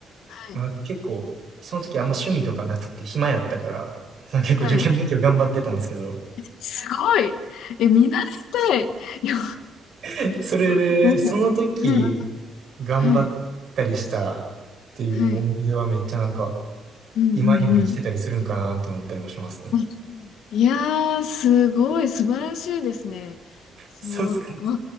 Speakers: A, on the left (about 80°); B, on the right (about 60°).
A: はい。
B: まあ、結構、その時あんま趣味とかなくって暇やったから、<laughs> 結構受験勉強頑張ってたんですけど、
A: はい。すごい。え、見習いたい。<laughs> いや、
B: <laughs> それで、
A: <laughs> ん
B: その時
A: はい。
B: 頑張ったりしたっていう思い出はめっちゃなんか、
A: はい。はい。うんうん
B: 今にも生きてたりするんかなって思ったりもしますね。
A: <laughs> わいやー、すごい素晴らしいですね。その、
B: そうっすか。
A: わ若